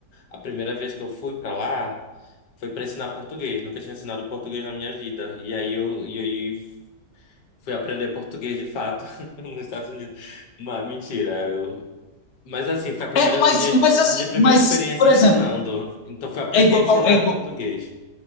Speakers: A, on the left; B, on the left.
A: a primeira vez que eu fui para lá foi para ensinar português. Nunca tinha ensinado português na minha vida. E aí eu e aí fui aprender português de fato <laughs> nos Estados Unidos. Mas mentira, eu... Mas assim, foi a primeira
B: É, mas,
A: a minha,
B: mas
A: a
B: assim,
A: minha primeira
B: mas,
A: experiência
B: por
A: ensinando.
B: exemplo,
A: Então foi aprender
B: é igual,
A: a ensinar
B: é igual.
A: português.